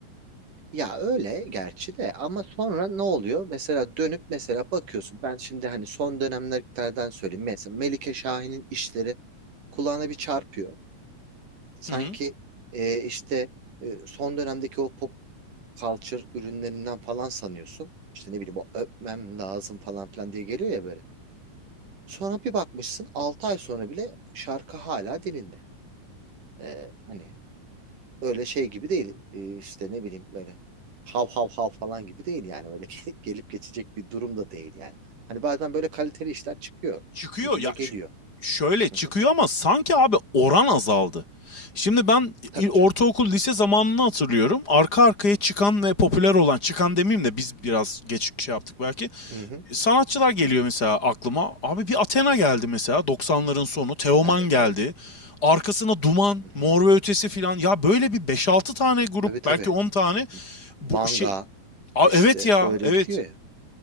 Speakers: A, on the right; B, on the left.
A: Ya öyle gerçi de ama sonra ne oluyor? Mesela dönüp mesela bakıyorsun. Ben şimdi hani son dönemlerden söyleyeyim. Mesela Melike Şahin'in işleri kulağına bir çarpıyor. Sanki
B: Hı hı.
A: e, işte e, son dönemdeki o pop culture ürünlerinden falan sanıyorsun. İşte ne bileyim o öpmem lazım falan filan diye geliyor ya böyle. Sonra bir bakmışsın 6 ay sonra bile şarkı hala dilinde. E, hani öyle şey gibi değil. Ee, işte ne bileyim böyle hav hav hav falan gibi değil yani. Öyle <laughs> gelip gelip geçecek bir durum da değil yani. Hani bazen böyle kaliteli işler çıkıyor
B: Çıkıyor
A: gibime
B: ya
A: geliyor.
B: ş- şöyle çıkıyor
A: Hı hı.
B: ama sanki abi oran azaldı. Şimdi ben
A: Tabii
B: i- ortaokul
A: canım.
B: lise zamanını hatırlıyorum. Arka arkaya çıkan ve popüler olan çıkan demeyeyim de biz biraz geç şey yaptık belki.
A: Hı hı.
B: Sanatçılar geliyor mesela aklıma. Abi bir Athena geldi mesela 90'ların sonu. Teoman
A: Evet
B: geldi.
A: evet.
B: Arkasına Duman,
A: Hı hı.
B: Mor ve Ötesi filan. Ya böyle bir beş altı tane grup
A: Tabii tabii.
B: belki 10 tane
A: M-
B: bu
A: Manga
B: şey. Aa,
A: işte
B: evet ya
A: öyle
B: evet.
A: gidiyor ya.